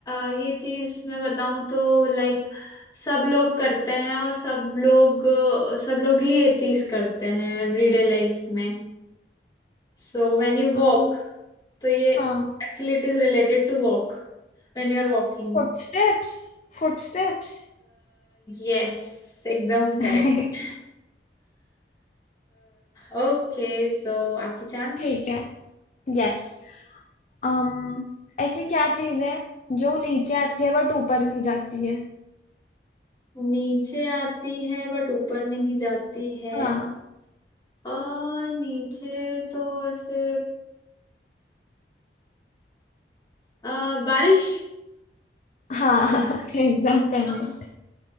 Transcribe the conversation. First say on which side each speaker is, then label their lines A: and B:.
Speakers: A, on the left; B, on the left.
A: अ, ये चीज मैं बताऊं तो लाइक सब लोग करते हैं और सब लोग अ, सब लोग ही ये चीज करते हैं एवरीडे लाइफ में सो व्हेन यू वॉक
B: अम,
A: तो ये
B: हाँ
A: actually it is related to walk When you are walking
B: फुटस्टेप्स फुटस्टेप्स
A: Yes एकदम
B: <laughs>
A: करेक्ट ओके सो <laughs> आपकी चांस
B: ठीक है यस अम ऐसी क्या चीज है जो नीचे आती है बट ऊपर नहीं जाती है
A: नीचे आती है बट ऊपर नहीं जाती है
B: हाँ
A: आ नीचे तो ऐसे आ, बारिश
B: हाँ <laughs> एकदम करेक्ट
A: हाँ